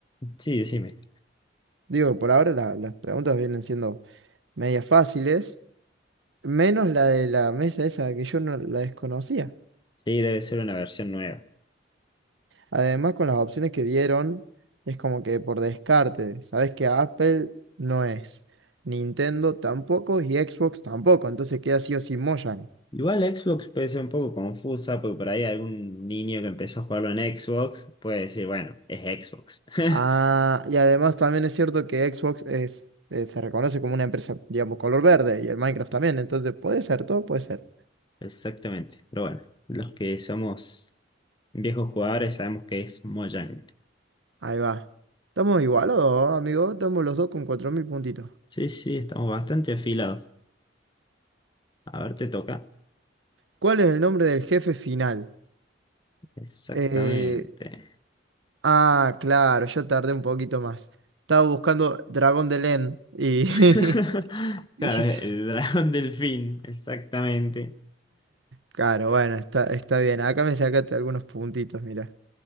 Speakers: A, on the left; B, on the right.
A: Sí, decime.
B: digo, por ahora la- las preguntas vienen siendo medias fáciles, menos la de la mesa esa que yo no la desconocía.
A: Sí, debe ser una versión nueva.
B: Además, con las opciones que dieron, es como que por descarte, sabes que Apple no es, Nintendo tampoco y Xbox tampoco, entonces queda sí o sí Mojang.
A: Igual Xbox puede ser un poco confusa, porque por ahí algún niño que empezó a jugarlo en Xbox puede decir, bueno, es Xbox. <laughs>
B: Ah, y además también es cierto que Xbox es, eh, se reconoce como una empresa, digamos, color verde y el Minecraft también, entonces puede ser, todo puede ser.
A: Exactamente. Pero bueno, los que somos viejos jugadores sabemos que es Mojang.
B: Ahí va. Estamos igualados, amigo, estamos los dos con 4.000 puntitos.
A: Sí, sí, estamos bastante afilados. A ver, te toca.
B: ¿Cuál es el nombre del jefe final?
A: Exactamente.
B: Eh, ah, claro, yo tardé un poquito más. Estaba buscando Dragón de Len y...
A: <laughs>
B: <laughs> y
A: Claro,
B: se-
A: el dragón <laughs> delfín, exactamente.
B: Claro, bueno, está, está bien. Acá me sacaste algunos puntitos, mira.